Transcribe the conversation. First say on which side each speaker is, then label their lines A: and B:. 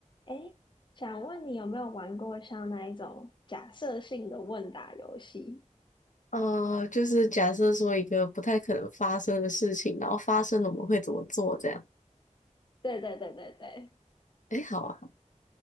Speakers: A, on the left; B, on the left.
A: 哎，想问你有没有玩过像那一种假设性的问答游戏？
B: 呃，就是假设说一个不太可能发生的事情，然后发生了我们会怎么做这样？
A: 对对对对对，
B: 哎，好啊，